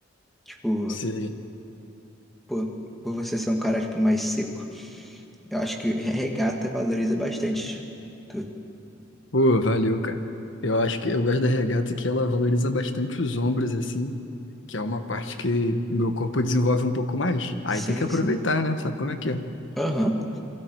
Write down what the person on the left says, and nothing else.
Sei.
Pô, valeu, cara. Eu acho que eu gosto da regata que ela valoriza bastante os ombros, assim, que é uma parte que o meu corpo desenvolve um pouco mais. Aí
tem que aproveitar,
né? Sabe como é que